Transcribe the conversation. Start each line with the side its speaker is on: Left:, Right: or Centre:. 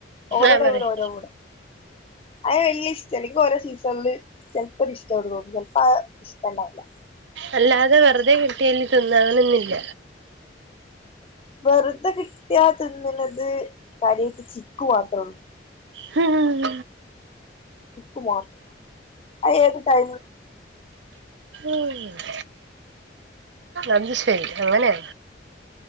Left: ഓരോ
Right: ആ
Left: ടൈമില്
Right: പറയ്
Left: ഓരോ മൂഡ് അത് വെല്ല്യ ഇഷ്ട്ടല്ല എനിക്ക് ഓരോ സീസണില് ചെലപ്പോ ഒരു ഇഷ്ടോള്ളൂ ചിലപ്പോ അ ഇഷ്ടണ്ടാവുല്ല.
Right: അല്ലാതെ വെറുതെ കിട്ടിയാല് തിന്നാ അങ്ങനൊന്നില്ല.
Left: വെറുതെ കിട്ടിയാ തിന്ന്ണത് കാര്യായിട്ട് ചിക്കു മാത്രേ ഉള്ളൂ.
Right: ഹം
Left: ചിക്കുമോ അത് ഏത് ടൈ
Right: ഏഹ് അത് ശെരി അങ്ങനെയ.